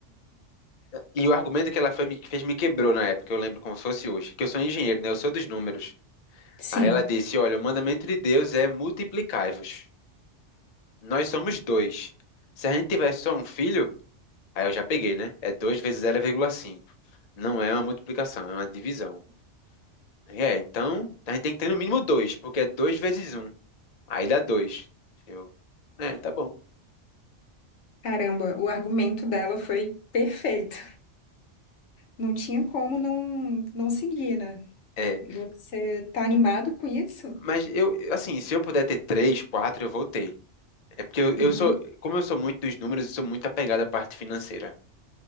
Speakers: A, on the left; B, on the left.
A: E o argumento que ela foi, me, fez me quebrou na época, eu lembro como se fosse hoje, que eu sou engenheiro, né? Eu sou dos números.
B: Sim.
A: Aí ela disse, olha, o mandamento de Deus é multiplicai-vos. Nós somos dois. Se a gente tiver só um filho, aí eu já peguei, né? É 2 vezes zero vírgula cinco. Não é uma multiplicação, é uma divisão. É, então a gente tem que ter no mínimo dois, porque é 2 vezes Um. Aí dá 2. Eu, é, tá bom.
B: Caramba, o argumento dela foi perfeito. Não tinha como não, não seguir, né?
A: É,
B: E você tá animado com isso?
A: mas eu, assim, se eu puder ter três, quatro, eu vou ter. É porque eu,
B: Uhum.
A: eu sou, como eu sou muito dos números, eu sou muito apegado à parte financeira.